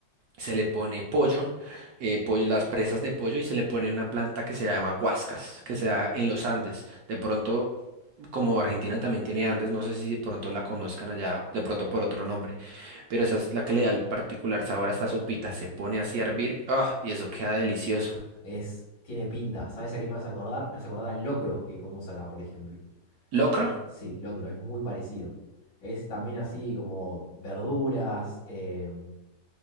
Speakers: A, on the right; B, on the left.
A: se le pone pollo, eh, pollo, las presas de pollo y se le pone una planta que se llama huascas, que se da en los Andes. De pronto, como Argentina también tiene Andes, no sé si de pronto la conozcan allá, de pronto por otro nombre, pero esa es la que le da el particular sabor a esta sopita. Se pone así a hervir, ¡ah! y eso queda delicioso.
B: Es, tiene pinta. ¿Sabes a qué me vas a acordar? Me vas a acordar al locro que comemos acá, por ejemplo.
A: ¿Locro?
B: Sí. Sí, locro, es muy parecido. Es también así como verduras, em,